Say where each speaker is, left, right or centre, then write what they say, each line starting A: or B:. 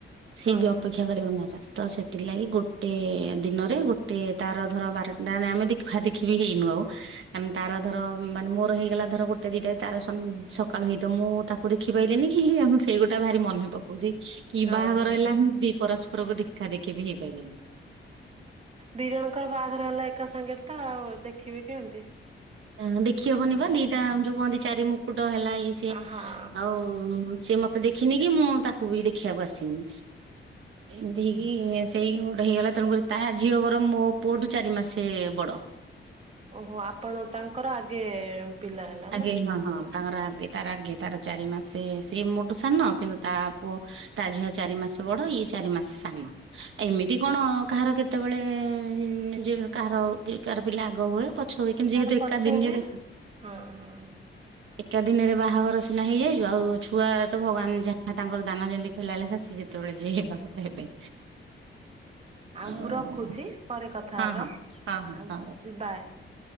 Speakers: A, on the right; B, on the right.
A: ସିଏ
B: ହଁ
A: ବି ଅପେକ୍ଷା କରିବ ମୋ ପାଇଁ। ତ ସେଥିଲାଗି ଗୋଟେ ଦିନରେ ଗୋଟେ ତାର ଧର ବାରନଟା ଆମେ ଦେଖା ଦେଖି ବି ହେଇନୁ ଆଉ। ଆମ ତାର ଧର ମାନେ ମୋର ହେଇଗଲା ଧର ଗୋଟେ ଦିଟା ରେ ତାର ସନ ସକାଳୁ ହେଇଥିବ ମୁଁ ତା ମୁଁ ଦେଖି ପାଇଲିନି କି ଆମ ଛୁ ସେଇଗୋଟା ଭାରି ମନେ ପକଉଛି କି
B: ହଁ
A: ବାହାଘର ହେଲା ମୁଁ ଦି ପରସ୍ପରକୁ ଦେଖା ଦେଖି ବି ହେଇ ପାଇଲେନି।
B: ଦି ଜଣଙ୍କର ବାହାଘରେ ହେଲା ଏକା ସାଙ୍ଗେରେ ତ ଆଉ ଦେଖିବି କେମିତି?
A: ନା ଦେଖି ହବନି
B: ହଁ
A: ପା ଦିଟା ଯୋଉ କୁହନ୍ତି ଚାରି ମୁକୁଟ ହେଲା ଇଏ ସିଏ
B: ହଁ
A: ଆଉ ସେ ମତେ ଦେଖିନି କି ମୁଁ ତାକୁ ବି ଦେଖିବାକୁ ଆସିନି। ଏମତି ହେ କି ସେଇ ଗୋଟେ ହେଇଗଲା ତେଣୁକରି ତା ଝିଅ ବରଂ ମୋ ପୁଅଠୁ ଚାରି ମାସେ ବଡ଼।
B: ଓହୋ ଆପଣ ତାଙ୍କର ଆଗେ ପିଲା ହେଲା
A: ଆଗେ
B: ନା
A: ହଁ ହଁ ତାଙ୍କର ଆଗେ ତାର ଆଗେ ତାର ଚାରି ମାସେ ସିଏ ମୋଠୁ ସାନ କିନ୍ତୁ ତା ପୁଅ ତା ଝିଅ ଚାରି ମାସେ ବଡ଼ ଇଏ ଚାରି ମାସେ ସାନ। ଏମିତି କଣ କାହାର କେତେବେଳେ ଯେ କାହାର କାହାର ପିଲା ଆଗ ହୁଏ। ପଛ ହୁଏ କିନ୍ତୁ
B: ତାର
A: ଯେହେତୁ
B: ପଛ
A: ଏକା ଦିନରେ
B: ହୁଏ ହଁ ହଁ।
A: ଏକା ଦିନରେ ବାହାଘର ସିନା ହେଇଯାଇଛୁ ଆଉ ଛୁଆ ତ ଭଗବାନ ଯାହା ତାଙ୍କର ଦାନ ଯେମି <unintelligible> ସିଏ ଯେତେବେଳେ ଯିଏ ହେବା କଥା ହେବେ।
B: ଆଉ
A: ହଁ।
B: ମୁଁ ରଖୁଛି ପରେ କଥା
A: ହଁ
B: ହବା
A: ହଁ ହଁ ହଁ
B: ଆଉ
A: ହଁ ରଖୁଛି
B: ବାଏ।